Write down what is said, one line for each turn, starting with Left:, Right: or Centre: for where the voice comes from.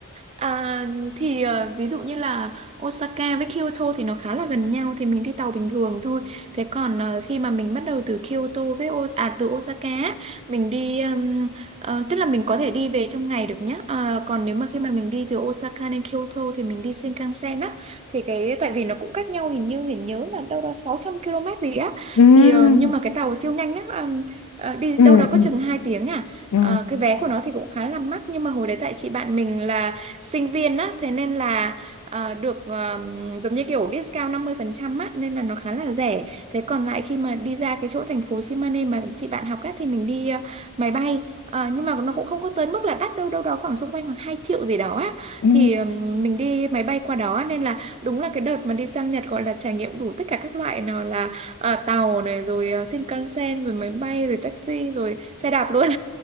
Right: À, thì ờ, ví dụ như là Osaka với Kyoto thì nó khá là gần nhau thì mình đi tàu bình thường thôi. Thế còn ờ, khi mà mình bắt đầu từ Kyoto với O à từ Osaka á, mình đi ừm, ờ, tức là mình có thể đi về trong ngày được nhá. Ờ, còn nếu mà khi mà mình đi từ Osaka đến Kyoto thì mình đi Shinkansen á thì cái tại vì nó cũng cách nhau hình như mình nhớ là đâu đó 600 km gì á
Left: ừ
Right: thì ờ, nhưng mà cái tàu siêu nhanh á ừm, ờ, đi
Left: ừ
Right: đâu đó có
Left: ừ
Right: chừng 2 tiếng à.
Left: ừ
Right: Ờ, cái vé của nó thì cũng khá là mắc nhưng mà hồi đấy tại chị bạn mình là sinh viên á thế nên là ờ, được ờ, giống như kiểu discount 50% á nên là nó khá là rẻ thế còn lại khi mà đi ra cái chỗ thành phố Simane mà chị bạn học á thì mình đi ờ, máy bay Ờ, nhưng mà nó cũng không có tới mức là đắt đâu đâu đó khoảng xung quanh khoảng 2 triệu gì đó á
Left: ừ
Right: thì ừm, mình đi máy bay qua đó nên là đúng là cái đợt mà đi sang Nhật gọi là trải nghiệm đủ tất cả các loại nào là ờ, tàu này rồi ờ, Shinkansen rồi máy bay rồi taxi rồi xe đạp luôn